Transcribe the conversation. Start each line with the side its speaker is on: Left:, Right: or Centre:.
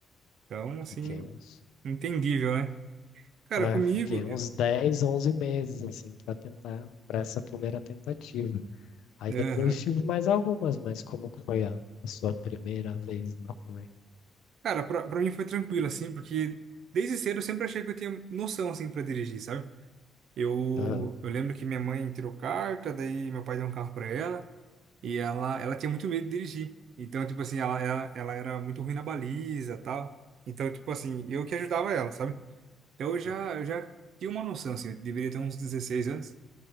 Right: Então, assim,
Left: Fiquei uns
Right: entendível, né? Cara,
Left: É,
Right: comigo.
Left: fiquei uns
Right: eu-
Left: 10, 11 meses, assim, para tentar, para essa primeira tentativa. Aí
Right: Aham.
Left: depois tive mais algumas, mas como que foi a, a sua primeira vez lá também?
Right: Cara, pra, pra mim foi tranquilo, assim, porque desde cedo eu sempre achei que eu tinha noção, assim, pra dirigir, sabe? Eu,
Left: Ah,
Right: eu lembro que minha mãe tirou carta, daí meu pai deu um carro pra ela, e ela, ela tinha muito medo de dirigir. Então, tipo assim, ela, ela, ela era muito ruim na baliza tal. Então, tipo assim, eu que ajudava ela, sabe? Então eu já,
Left: sim,
Right: eu já tinha uma noção, assim, eu deveria ter uns 16 anos.